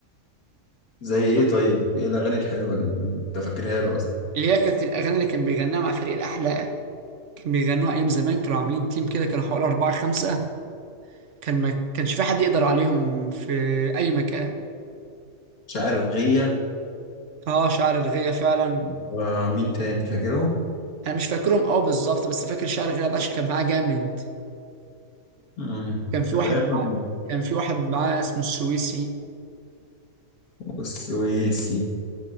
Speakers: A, on the left; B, on the right.
A: زي ايه طيب ايه الاغاني الحلوه اللي انت فاكرها له اصلا
B: اللي هي كانت الاغاني اللي كان بيغناها مع فريق الاحلى كان بيغنوها ايام زمان كانوا عاملين تيم كده كانوا حوالي اربعه خمسه كان ما كانش في حد يقدر عليهم في اي مكان
A: شاعر الغية
B: اه شعر الغية فعلا
A: ومين تاني فاكره
B: انا مش فاكرهم قوي بالظبط بس فاكر شعر الغية ده عشان كان معاه جامد
A: مم.
B: كان في
A: فتاهم
B: واحد معاه كان في واحد معاه اسمه السويسي
A: والسويسي